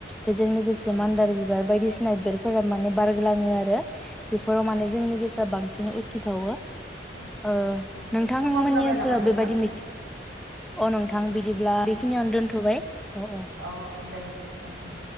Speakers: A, in the centre; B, on the right (about 80°).
A: बेजों लोगोसे
B: औ
A: मान्दार
B: औ
A: बि दिसिना बिबारफोराब माने बारग्लाङो
B: औ
A: आरो बेफोराव माने
B: औ
A: जोंनि गोसोआ बांसिन बिदिनो उसि फावो ओ
B: औ औ
A: नोंथां
B: समाबो
A: मोननि
B: जाबाय
A: ओनसोलाव
B: नामा नोंथां
A: बेबायदि मिथिं अ नोंथां बिदिब्ला
B: औ
A: बेखिनियावनो दोनथबाय अ अ।
B: औ दे दे नोंथां।